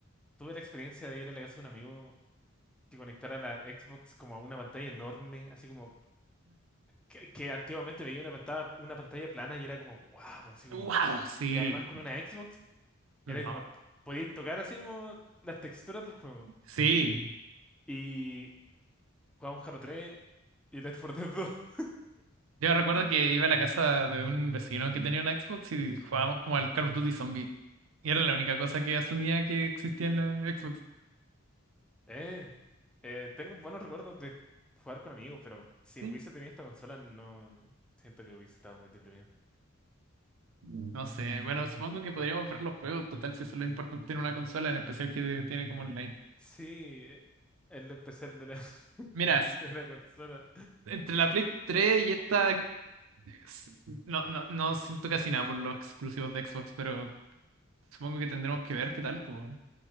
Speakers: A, in the centre; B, on the right (about 75°).
A: tuve la experiencia de ir a la casa de un amigo que conectara la Xbox como a una pantalla enorme, así como que, que antiguamente veía una pantalla, una pantalla plana y era como, wow, así como.
B: Wow, sí.
A: Y además con una Xbox, era
B: No,
A: como, podíais tocar así como las texturas del juego.
B: sí.
A: Y jugamos Halo 3 y Left 4 Dead dos <laughs>
B: Yo recuerdo que iba a la casa de un vecino que tenía una Xbox y jugábamos como al Call of Duty Zombie. Y era la única cosa que asumía que existía en la Xbox.
A: Eh, eh, tengo buenos recuerdos de jugar con amigos, pero si
B: Sí.
A: hubiese tenido esta consola, no siento que hubiese estado muy deprimido.
B: No sé, bueno, supongo que podríamos ver los juegos, total, si eso es lo importante en una consola, en especial que tiene como online.
A: Sí, eh, el especial de la, <laughs>
B: Mira, s-
A: de la consola.
B: entre la Play 3 y esta, s- no, no, no siento casi nada por los exclusivos de Xbox, pero supongo que tendremos que ver qué tal, pues.